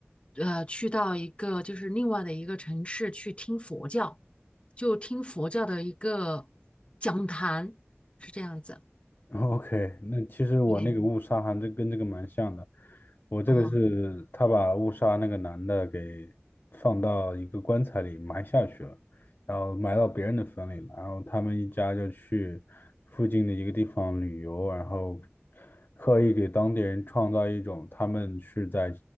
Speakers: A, on the left (about 25°); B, on the left (about 50°).
A: 呃去到一个就是另外的一个城市去听佛教，就听佛教的一个讲坛，是这样子。
B: OK，那其实我那个误杀还真跟这个蛮像的。
A: 对。
B: 我这个是他把误杀那个男的给放到一个棺材里埋下去了，
A: 哦，
B: 然后埋到别人的坟里了。然后他们一家就去附近的一个地方旅游，然后刻意给当地人创造一种他们是在